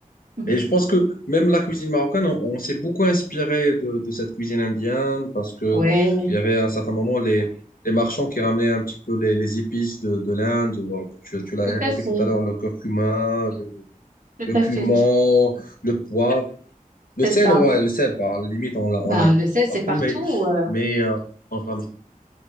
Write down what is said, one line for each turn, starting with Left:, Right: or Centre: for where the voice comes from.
Right: Mhm.
Left: Et je pense que même la cuisine marocaine, on, on s'est beaucoup inspiré de, de cette cuisine indienne parce que
Right: Ouais,
Left: il y avait à un certain moment les, les marchands qui ramenaient un petit peu les, les épices de, de l'Inde. Bon, Tu, tu l'as
Right: tout
Left: évoqué
Right: à fait,
Left: tout à l'heure, le curcuma, le,
Right: tout
Left: le
Right: à
Left: cumin,
Right: fait.
Left: le poivre. Le
Right: C'est
Left: sel,
Right: ça.
Left: ouais, le sel, par limite, on l'a,
Right: Bah,
Left: on l'a un petit
Right: le sel,
Left: peu partout,
Right: c'est partout.
Left: mais,
Right: euh,
Left: mais euh, on ramène.